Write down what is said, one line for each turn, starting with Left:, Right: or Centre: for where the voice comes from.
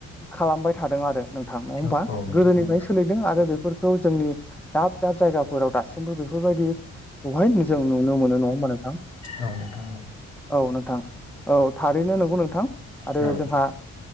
Centre: खालामबाय थादों आरो नोंथां नङा होमबा
Left: औ औ नोंथां औ नोंथां
Centre: गोदोनिफ्रायनो
Left: औ नोंथां औ
Centre: सोलिदों आरो बेफोरखौ जोंनि दाब दाब जायगाफोराव दासिमबो बेफोरबायदिखौहाय जों नुनो मोनो नङा होमबा नोंथां?
Left: औ नोंथां
Centre: औ नोंथां औ थारैनो नंगौ नोंथां आरो
Left: औ
Centre: जोंहा